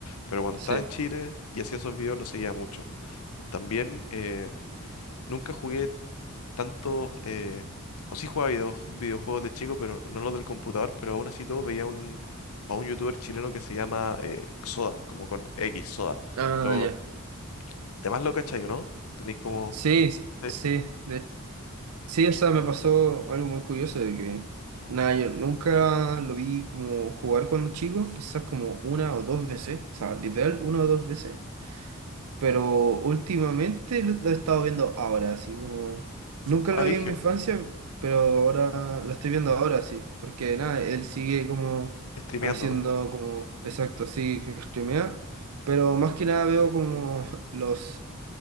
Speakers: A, on the left (about 75°); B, on the right (about 85°).
A: pero cuando
B: Sí.
A: estaba en Chile y hacía esos videos lo seguía mucho. También eh, nunca jugué tantos, eh, o sí jugaba video- videojuegos de chico, pero no los del computador, pero aún así todo veía un, a un youtuber chileno que se llama eh, Xoda, como con X, Xoda.
B: Ah,
A: Lo,
B: ya.
A: demás lo cachai, ¿o ¿no? Tenéis como...
B: Sí,
A: Sí,
B: sí, de Sí, o sea, me pasó algo muy curioso de que, nada, yo nunca lo vi como jugar cuando chico, quizás como una o dos veces, o sea, literal, una o dos veces, pero últimamente lo lo he estado viendo ahora, así como, nunca
A: ah,
B: lo
A: Brigio,
B: vi en mi infancia, pero ahora lo estoy viendo ahora, sí, porque nada, él sigue como
A: streameando,
B: haciendo
A: ¿no?
B: como, exacto, así, que streamea, pero más que nada veo como <laughs> los